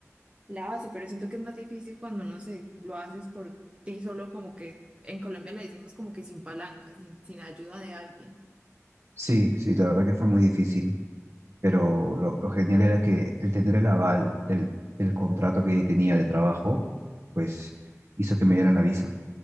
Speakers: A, on the right; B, on the right.
A: la base, pero siento que es más difícil cuando, no sé, lo haces por ti solo, como que en Colombia le decimos como que sin palanca, sin, sin ayuda de alguien.
B: Sí, sí, la verdad que fue muy difícil, pero lo, lo genial era que el tener el aval del, del contrato que tenía de trabajo, pues hizo que me dieran la visa.